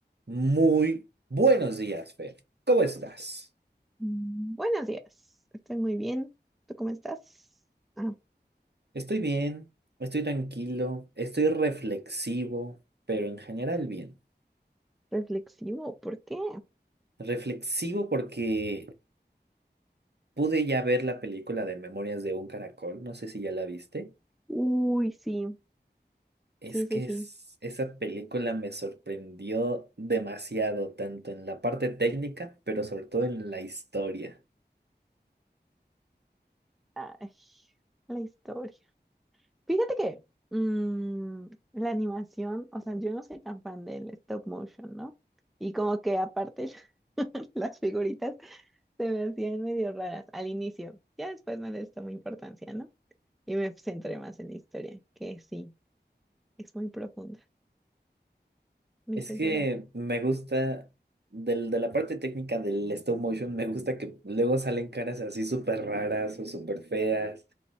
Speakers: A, on the right (about 70°); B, in the centre.
A: Muy buenos días, Fer. ¿Cómo estás?
B: Mm, Buenos días, estoy muy bien. ¿Tú cómo estás? Ah,
A: Estoy bien, estoy tranquilo, estoy reflexivo, pero en general bien.
B: reflexivo, ¿por qué?
A: Reflexivo porque pude ya ver la película de Memorias de un Caracol, no sé si ya la viste.
B: Uy, sí,
A: Es
B: sí,
A: que
B: sí, sí.
A: es- esa película me sorprendió demasiado, tanto en la parte técnica, pero sobre todo en la historia.
B: Ay, la historia. Fíjate que mm, la animación, o sea, yo no soy tan fan del stop motion, ¿no? Y como que aparte <laughs> las figuritas se me hacían medio raras al inicio. Ya después no les tomé importancia, ¿no? Y me centré más en la historia, que sí, es muy profunda. Me
A: Es
B: hizo
A: que
B: llorar.
A: me gusta, del, de la parte técnica del stop motion, me gusta que luego salen caras así súper raras o súper feas